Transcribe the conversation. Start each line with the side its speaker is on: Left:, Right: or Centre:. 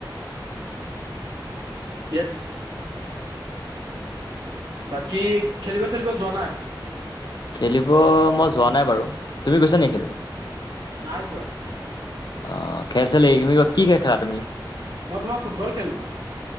Right: <inaudible> ইয়াত বাকী খেলিব-চেলিব যোৱা নাই
Left: খেলিব মই যোৱা নাই বাৰু তুমি গৈছা নেকি খেলিব
Right: নাই যোৱা
Left: অ খেল-ছেল হে কি বা কি খেল খেলা তুমি
Right: মই তোমাৰ ফুটবল খেলো